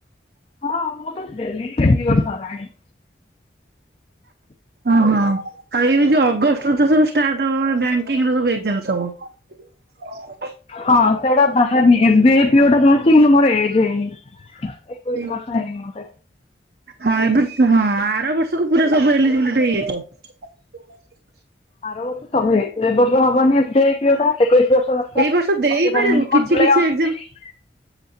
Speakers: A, on the left; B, on the right.
A: ହଁ ମୁଁ ତ ଦେଲିନି ଦି ତିନି ବର୍ଷ ହେଲାଣି।
B: ହଁ ହଁ। ଆଉ ଏଇ ଯୋଉ ଅଗଷ୍ଟ ରୁ ତ ସବୁ ଷ୍ଟାର୍ଟ ହେବ ବ୍ୟାଙ୍କିଙ୍କ ର ଏକଜାମ୍ ସବୁ।
A: ହଁ ସେଇଟା ବାହାରନି ଏବେ ପି ଓ ଟା ବାହାରିଛି କିନ୍ତୁ ମୋର ଏଜ୍ ହେଇନି। ଏକୋଇଶି
B: <unintelligible>
A: ବର୍ଷ ହେଇନି ମତେ।
B: ହଁ ଏବେ <unintelligible> ହଁ ଆର ବର୍ଷକୁ ପୁରା ସବୁ ଏଲିଜିବିଲଟି ହେଇଯାଇଥିବ।
A: ଆର ବର୍ଷ ତ ହେଇ <unintelligible> ଏ ବର୍ଷ ହବନି S B I P O ଟା। ଏକୋଇଶ ବର୍ଷ ହୁଅନ୍ତା
B: ଏଇ ବର୍ଷ ଦେଇପାରିବୁ
A: ପକେଇ ପାରିବିନି
B: କିଛି
A: ମୁଁ ଜୁଲାଇ
B: କିଛି
A: ଅ-
B: ଏକ୍ଜାମ